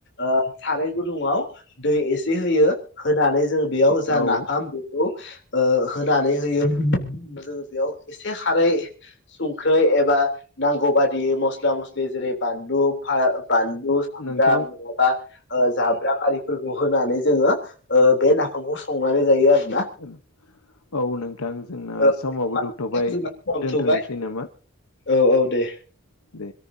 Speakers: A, on the left; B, on the left.
A: ओ साराय गुदुंआव दै एसे होयो होनानै जों बेयाव जा
B: औ
A: नाफाम बेखौ ओ होनानै जायो। जों बेयाव एसे खारै संख्रै एबा नांगौ बादियै मस्ला मस्लि जेरै। बानलु फा बानलु सामब्राम
B: नोंथां
A: मा ओ जाब्रां आरिफोर होनानै जोङो ओ बे नाफामखौ संनानै जायो आरो।
B: ओम। औ नोंथां जोंना
A: ओ
B: समावबो जोबथ'बाय
A: समाबो
B: दोनथ'नोसै
A: थौबाय
B: नामा?
A: औ औ दे।
B: दे।